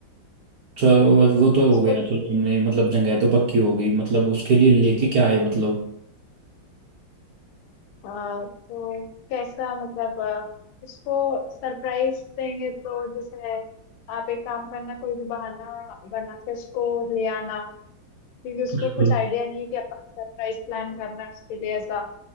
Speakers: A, on the right; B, on the left.
A: चलो वो वो तो
B: उसको
A: हो गया चलो हमने मतलब जगह तो पक्की हो गई मतलब उसके लिए लेके क्या आए मतलब
B: अ, तो कैसा मतलब अ, उसको सरप्राइज देंगे तो जैसे आप एक काम करना कोई भी बहाना बना के उसको ले आना क्योंकि उसको
A: बिल्कुल
B: कुछ आइडिया नहीं है कि अपन सरप्राइज प्लान करना है उसके लिए ऐसा